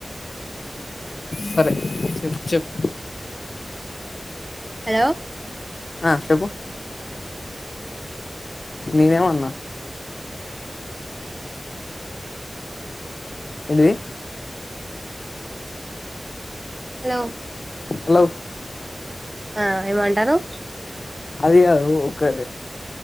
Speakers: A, on the left (about 60°); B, on the right (about 25°).
A: సరే చెప్ చెప్
B: హలో
A: ఆ చెప్పు నేనేమన్నా ఏంటిది
B: హలో
A: హలో
B: ఆ ఏమో అంటనవ్
A: అదిగాదు ఓక